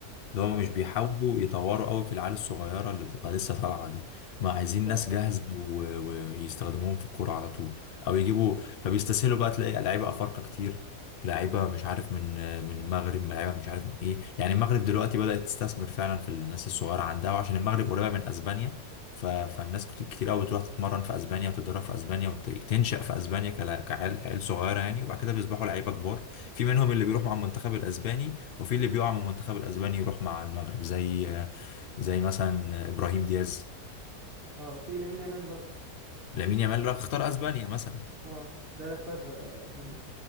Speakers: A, on the left; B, on the right.
A: اللي هم
B: اه
A: مش بيحاولوا يطوروا قوي في العيال الصغيره اللي بتبقى لسه طالعه دي ما عايزين
B: بالظبط
A: ناس جاهزه و- ويستخدموهم في الكوره على طول او يجيبوا فبيستسهلوا بقى تلاقي لعيبه افارقه كتير لعيبه مش عارف من من المغرب لعيبه مش عارف من ايه يعني المغرب دلوقتي بدات تستثمر فعلا في الناس الصغيره عندها وعشان المغرب قريبه من اسبانيا ف... فالناس كت- كتير قوي بتروح تتمرن في اسبانيا وتتدرب في اسبانيا وتنشأ في اسبانيا كلا- كعيال عيال صغيره يعني وبعد كده بيصبحوا لعيبه كبار في منهم اللي بيروح مع المنتخب الاسباني وفي اللي بيقع من المنتخب الاسباني يروح مع المغرب زي زي مثلا ابراهيم دياز
B: اه وفي لامين يامال برضه
A: لامين يامال راح اختار اسبانيا مثلا
B: اه ده اللي اختار آه، اسبانيا